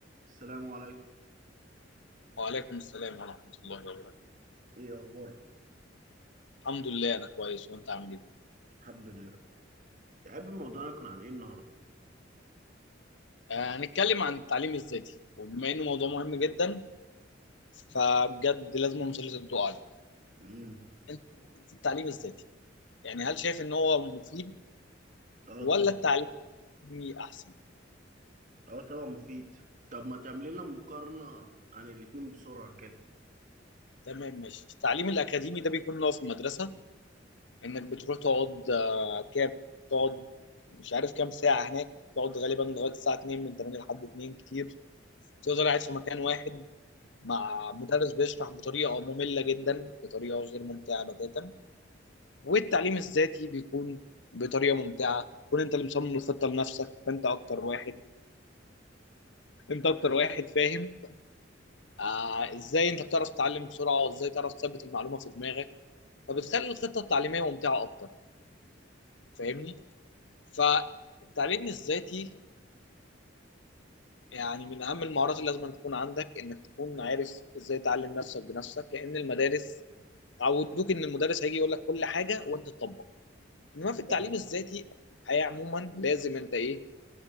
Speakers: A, on the right; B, on the left.
A: السلام عليكم
B: وعليكم السلام ورحمة الله وبركاته
A: ايه اخبارك
B: الحمد لله أنا كويس وأنت عامل إيه؟
A: الحمد لله يا عم موضوعنا كان عن ايه النهارده
B: آه، هنتكلم عن التعليم الذاتي وبما إنه موضوع مهم جدا فبجد لازم مسلسل الضوء عليه
A: امم
B: أنت التعليم الذاتي يعني هل شايف إن هو مفيد
A: اه
B: ولا
A: طبعا
B: التعليم الأكاديمي أحسن؟
A: اه طبعا مفيد طب ما تعمل لنا مقارنه عن الاتنين بسرعه كده
B: تمام ماشي التعليم الأكاديمي ده بيكون اللي هو في المدرسة إنك بتروح تقعد آه، كام تقعد مش عارف كام ساعة هناك تقعد غالبا لغاية الساعة 2 من 8 لحد 2 كتير تفضل قاعد في مكان واحد مع مدرس بيشرح بطريقه ممله جدا بطريقه غير ممتعه بتاتا والتعليم الذاتي بيكون بطريقه ممتعه كون انت اللي مصمم الخطه لنفسك فانت اكتر واحد انت اكتر واحد فاهم آه ازاي انت بتعرف تتعلم بسرعه وازاي تعرف تثبت المعلومه في دماغك فبتخلي الخطه التعليميه ممتعه اكتر فاهمني فالتعليم الذاتي يعني من اهم المهارات اللي لازم تكون عندك انك تكون عارف ازاي تعلم نفسك بنفسك لان المدارس عودوك ان المدرس هيجي يقول لك كل حاجه وانت تطبق انما في التعليم
A: فاهم-
B: الذاتي الحياه عموما لازم انت ايه